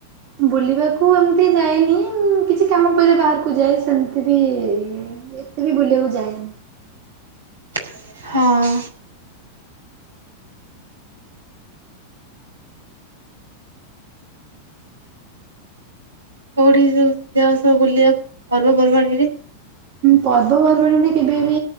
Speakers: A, on the right (about 45°); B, on the right (about 75°).
A: ବୁଲିବାକୁ ଏମିତି ଯାଇନି ଉଁ। କିଛି କାମ ପିଇଲେ ବାହାରକୁ ଯାଏ ସେମିତି ବି ଏତେ ବି ବୁଲିବାକୁ ଯାଏନି।
B: <unintelligible> ହଁ। କୋଉଠିକି ସବୁ ଯାଅ ସବୁ ବୁଲିବାକୁ ପର୍ବପର୍ବାଣି ହେଲେ
A: ପର୍ବପର୍ବାଣଣିରେ କେବେ ବି